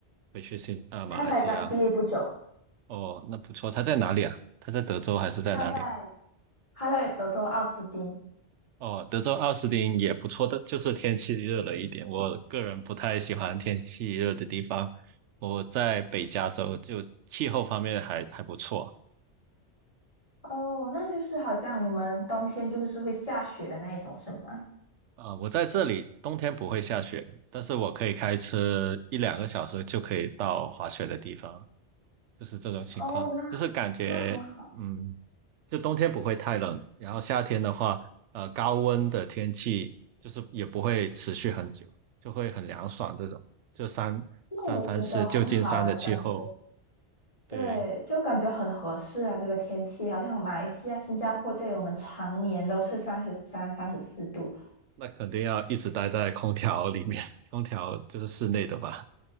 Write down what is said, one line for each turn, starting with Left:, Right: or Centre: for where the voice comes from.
Right: 回去新啊马来西亚？
Left: 他才刚毕业不久，
Right: 哦，那不错。他在哪里啊？他在德州还是在哪里？
Left: 他在他在德州奥斯汀。
Right: 哦，德州奥斯汀也不错的，就是天气热了一点。我个人不太喜欢天气热的地方。我在北加州，就气候方面还还不错。
Left: 哦，那就是好像你们冬天就是会下雪的那一种，是吗？
Right: 啊。我在这里冬天不会下雪，但是我可以开车一两个小时就可以到滑雪的地方。就是这种情况，
Left: 哦，那
Right: 就是感觉嗯，
Left: 那很好，
Right: 就冬天不会太冷，然后夏天的话，呃，高温的天气就是也不会持续很久，就会很凉爽这种。就三三藩市旧金山的气候，
Left: 那我觉得很好哎，感觉对，
Right: 对，
Left: 就感觉很合适啊，这个天气，好像马来西亚、新加坡这里，我们常年都是三十三、三十四度。
Right: 那肯定要一直待在空调里面，空调就是室内的吧？